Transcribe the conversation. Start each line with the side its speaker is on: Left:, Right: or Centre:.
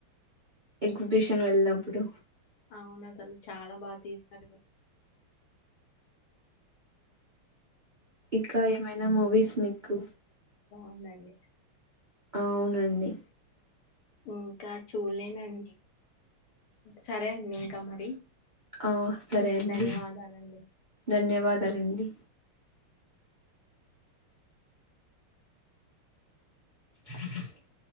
Right: ఎగ్జిబిషన్ వెళ్ళినప్పుడు
Left: అవునసలు చాలా బా తీస్ సారు
Right: ఇకా ఏమైన మూవీస్ మీకు
Left: అలాగే
Right: అవునండి
Left: ఇంకా చూల్లేనండి సరే అండి ఇంకా మరి
Right: ఆ సరే అండి
Left: ధన్యవాదాలండి
Right: ధన్యవాదాలండి <inaudible>